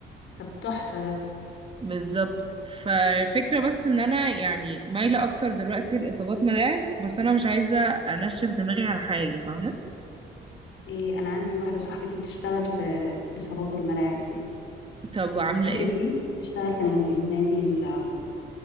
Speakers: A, on the left; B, on the right.
A: طب تحفه ده
B: بالظبط فالفكرة بس ان انا يعني مايلة اكتر دلوقتي لاصابات ملاعب بس انا مش عايزة انشف دماغي على حاجة فاهمة
A: إيه أنا عندي واحدة صاحبتي بتشتغل في إصابات الملاعب دي
B: طب وعاملة
A: في
B: ايه
A: نادي بتشتغل في نادي نادي ال-